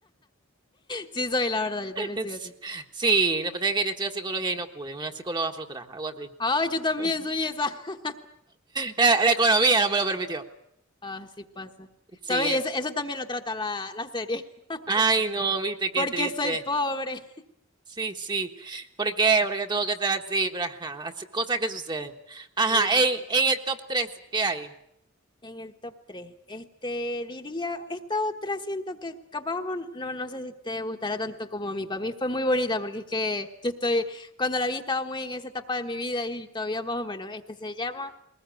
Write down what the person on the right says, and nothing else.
<laughs>
Es-
Sí, lo que pasa es que quería estudiar psicología y no pude, una psicóloga afrotrás, algo así.
<laughs>
La, la economía no me lo permitió.
Sí,
eh,
ay no, viste qué
triste.
Sí, sí. ¿Por qué? Porque tuvo que ser así, pero ajá, así- cosas que suceden. Ajá,
en,
en el top tres ¿qué hay?